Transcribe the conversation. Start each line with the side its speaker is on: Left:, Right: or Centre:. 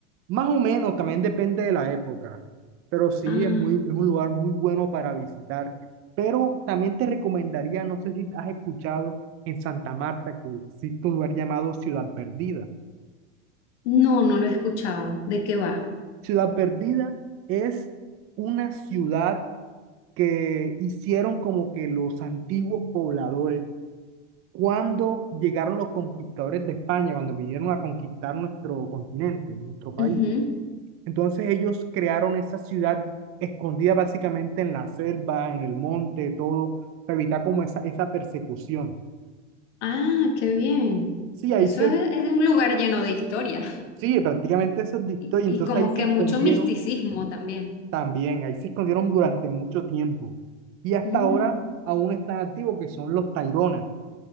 Right: Más o menos, también depende de la época, pero sí
Left: Ah,
Right: es muy, es un lugar muy bueno para visitar. Pero también te recomendaría, no sé si has escuchado en Santa Marta que existe un lugar llamado Ciudad Perdida.
Left: no, no lo he escuchado. ¿De qué va?
Right: Ciudad Perdida es una ciudad que hicieron como que los antiguos pobladores cuando llegaron los conquistadores de España, cuando vinieron a conquistar nuestro continente, nuestro país.
Left: Ujú.
Right: Entonces ellos crearon esa ciudad escondida básicamente en la selva, en el monte, todo, para evitar como esa, esa persecución.
Left: Ah, qué bien.
Right: Sí, ahí
Left: Eso
Right: se,
Left: es, es un lugar lleno de historia
Right: sí, prácticamente eso
Left: <laughs>
Right: es de historia.
Left: y, y
Right: Entonces
Left: como
Right: ahí se
Left: que
Right: escondieron
Left: mucho misticismo también.
Right: también, ahí se escondieron durante mucho tiempo. Y hasta
Left: Mm,
Right: ahora aún están activos, que son los Taironas.